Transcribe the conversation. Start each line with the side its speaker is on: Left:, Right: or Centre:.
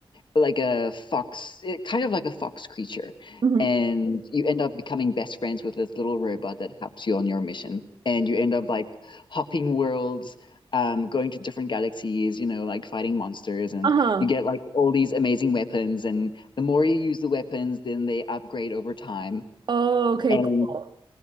Left: like a fox, it, kind of like a fox creature.
Right: hmm
Left: And you end up becoming best friends with this little robot that helps you on your mission. And you end up like hopping worlds, um, going to different galaxies, you know, like fighting monsters. And
Right: Uh-huh.
Left: you get like all these amazing weapons. And the more you use the weapons, then they upgrade over time.
Right: Oh, okay,
Left: And
Right: cool.